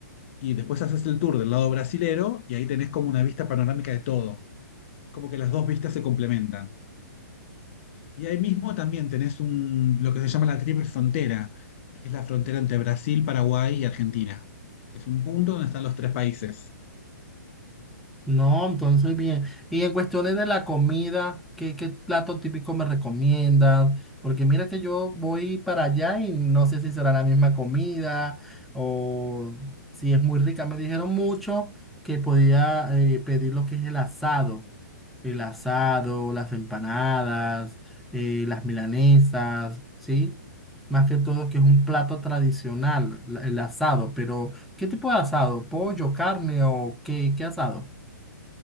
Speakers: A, on the left; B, in the centre.
A: y después haces el tour del lado brasilero y ahí tenés como una vista panorámica de todo. Es como que las dos vistas se complementan. Y ahí mismo también tenés un, lo que se llama la triple frontera, que es la frontera entre Brasil, Paraguay y Argentina. Es un punto donde están los tres países.
B: No, entonces bien. Y en cuestiones de la comida, ¿qué, qué plato típico me recomiendas? Porque mira que yo voy para allá y no sé si será la misma comida o si es muy rica. Me dijeron mucho que podía eh, pedir lo que es el asado. El asado, las empanadas, eh, las milanesas, ¿sí? Más que todo que es un plato tradicional, la- el asado. Pero, ¿qué tipo de asado? ¿Pollo, carne o qué, qué asado?